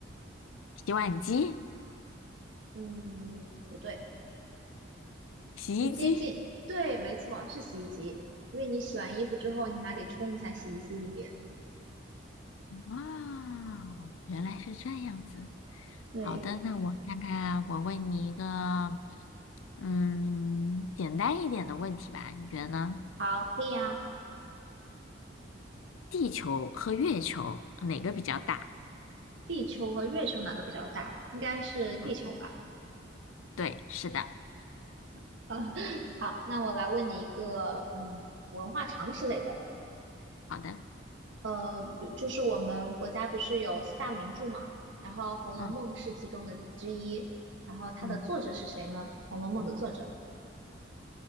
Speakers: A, on the left; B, on the right.
A: 洗碗机、
B: 嗯，不对。
A: 洗衣机，
B: 很接近，对，没错，是洗衣机，因为你洗完衣服之后，你还得冲一下洗衣机里面。
A: 哇，原来是这样子。
B: 对，
A: 好的，那我看看，我问你一个，嗯，简单一点的问题吧，你觉得呢？
B: 好，可以啊。
A: 地球和月球哪个比较大？
B: 地球和月球哪个比较大？应该是地球吧。
A: 嗯，对，是的。
B: <laughs> 好，好，那我来问你一个，嗯，文化常识类的，
A: 好的，
B: 呃，比就是我们国家不是有四大名著嘛，然后《红楼梦》是其中的之一，
A: 嗯
B: 然后它的作者是谁呢？
A: 嗯，
B: 《红楼梦》的作者，